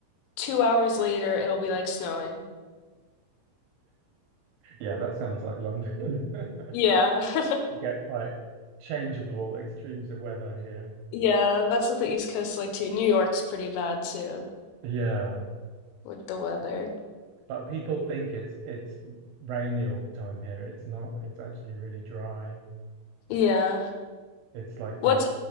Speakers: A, on the left (about 80°); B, on the right (about 80°).
A: two hours later it'll be like snowing.
B: Yeah, that sounds like London. <laughs>
A: Yeah. <laughs>
B: We get quite changeable extremes of weather here.
A: Yeah, that's what the East Coast's like too. New York's pretty bad too.
B: Yeah.
A: with the weather.
B: But people think it's it's rainy all the time here. It's not. It's actually really dry.
A: Yeah.
B: It's like
A: What's
B: the